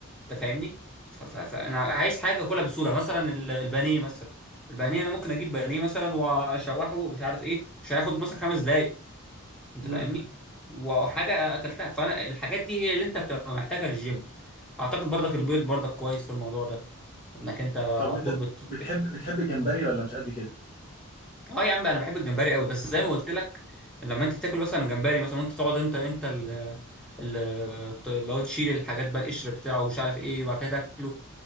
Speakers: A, in the centre; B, on the left (about 35°).
A: انت فاهمني ف... ف... فانا عايز حاجه اكلها بسهوله مثلا ال- البانيه مثلا البانيه انا ممكن اجيب بانيه مثلا واشوحه ومش عارف ايه مش هياخد مثلا خمس دقايق انت
B: امم
A: فاهمني وحاجه اكلتها فانا الحاجات دي هي اللي انت بتبقى محتاجها للجيم اعتقد برضك البيض برضك كويس في الموضوع ده انك انت على
B: طب وانت
A: طول بت
B: بتحب بتحب الجمبري ولا مش قد كده
A: اه يا عم انا بحب الجمبري قوي بس زي ما قلت لك لما انت تاكل مثلا جمبري مثلا وانت تقعد انت انت ال ال- اللي هو تشيل الحاجات بقى القشر بتاعه ومش عارف ايه وبعد كده تاكله